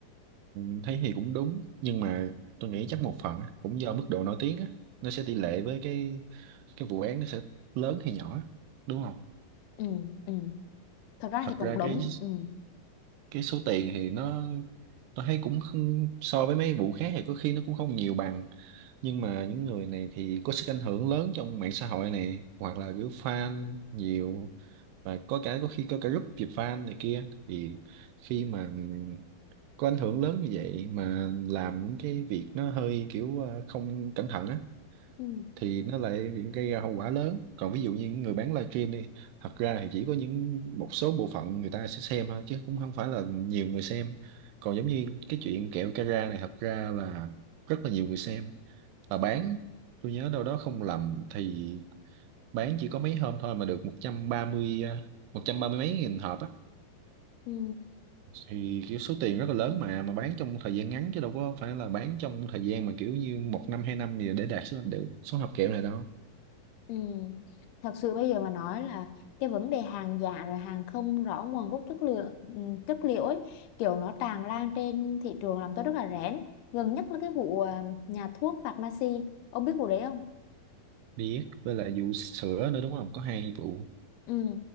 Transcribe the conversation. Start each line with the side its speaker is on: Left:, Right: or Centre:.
Right: Ừ, thấy thì cũng đúng nhưng mà tôi nghĩ chắc một phần á, cũng do mức độ nổi tiếng á nó sẽ tỷ lệ với cái cái vụ án nó sẽ lớn hay nhỏ á, đúng không
Left: ừ ừ thật ra
Right: thật
Left: thì cũng
Right: ra
Left: đúng
Right: cái
Left: ừ
Right: cái số tiền thì nó tôi thấy cũng không, so với mấy vụ khác thì có khi nó cũng không nhiều bằng nhưng mà những người này thì có sức ảnh hưởng lớn trong mạng xã hội này hoặc là kiểu fan nhiều và có cả có khi có cả group dịp fan này kia thì khi mà có ảnh hưởng lớn như vậy mà làm những cái việc nó hơi kiểu ờ, không cẩn thận á
Left: ừ
Right: thì nó lại gây ra hậu quả lớn còn ví dụ như những người bán livestream đi thật ra thì chỉ có những một số bộ phận người ta sẽ xem thôi chứ cũng không phải là nhiều người xem còn giống như cái chuyện kẹo Cara này thật ra là rất là nhiều người xem và bán tôi nhớ đâu đó không lầm thì bán chỉ có mấy hôm thôi mà được một một trăm ba mươi à, 130 mấy nghìn hộp á
Left: ừ
Right: thì kiểu số tiền rất là lớn mà mà bán trong thời gian ngắn chứ đâu có phải là bán trong thời gian mà kiểu như một năm hai năm gì để đạt số đều số hộp kẹo này đâu
Left: ừ thật sự bây giờ mà nói là cái vấn đề hàng giả rồi hàng không rõ nguồn gốc chất lượng ừ, chất liệu ấy kiểu nó tràn lan trên thị trường làm tôi rất là rén gần nhất là cái vụ ờ, nhà thuốc Pharmacy ông biết vụ đấy không
Right: biết với lại vụ sữa nữa đúng không có hai vụ
Left: Ừ.